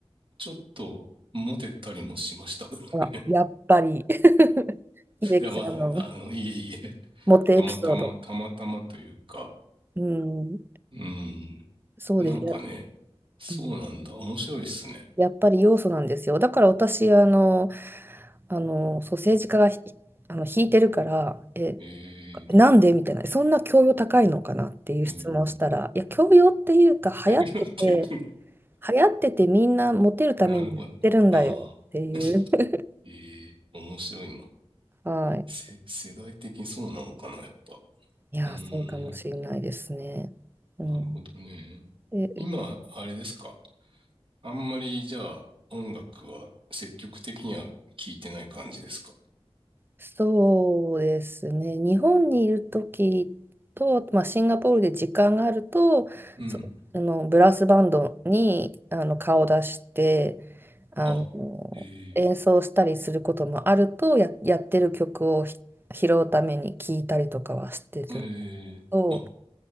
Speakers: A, on the right (about 55°); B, on the right (about 20°).
A: ちょっと、モテたりもしました。<laughs>
B: ほら、やっぱり、<laughs> 秀樹さんの
A: いや、まあ、あの、いえいえ、
B: モテエピソード。
A: たまたま、たまたまというか、
B: うん、
A: うん、
B: そうです。
A: なんかね、
B: や、
A: そうなんだ。
B: うん、
A: 面白いですね。
B: やっぱり要素なんですよ。だから私、あの、あの、そう、政治家がひあの引いてるから、え、
A: え
B: なんでみたいな、そんな教養高いのかなっていう質問をしたら、
A: ー、えー、
B: いや、教養っていうか、
A: <laughs> やめてく。
B: 流行ってて、流行っててみんなモテるためにやってるんだよっていう。
A: なるほど。ああ、<laughs>
B: <laughs>
A: えー、面白いな。
B: はい。
A: せ、世代的にそうなのかな、やっぱ。
B: いやー、
A: うーん、
B: そうかもしれないですね。うん。
A: なるほどね。
B: で、
A: 今、あれですか。あんまり、じゃあ、音楽は積極的には聴いてない感じですか。
B: そうですね。日本にいる時と、まあ、シンガポールで時間があると、
A: うん。
B: そ、あのブラスバンドにあの顔を出して、あの演奏したりすることもあると、
A: あ、え
B: や、やってる曲をひ拾うために聞いたりとかはしてるの
A: ー、えー、あ、
B: と、